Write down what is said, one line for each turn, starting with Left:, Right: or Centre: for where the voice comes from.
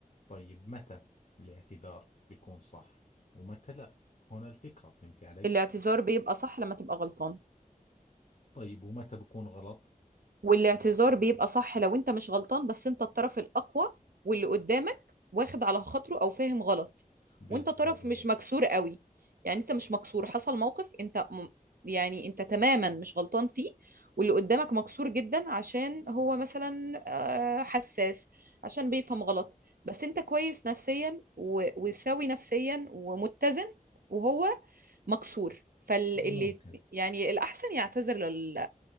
Left: طيب متى الاعتذار بيكون صح ومتى لا؟ هنا الفكرة فهمتي علي؟
Right: الاعتذار بيبقى صح لما تبقى غلطان
Left: طيب ومتى بكون غلط؟
Right: والاعتذار بيبقى صح لو انت مش غلطان بس انت الطرف الأقوى واللي قدامك واخد على خاطره أو فاهم غلط
Left: بالضبط
Right: وانت طرف مش مكسور قوي يعني انت مش مكسور حصل موقف انت م... يعني انت تماما مش غلطان فيه واللي قدامك مكسور جدا عشان هو مثلا آه، حساس عشان بيفهم غلط بس انت كويس نفسيا و... وسوي نفسيا ومتزن وهو مكسور فاللي
Left: ممكن
Right: يعني الأحسن يعتذر لل...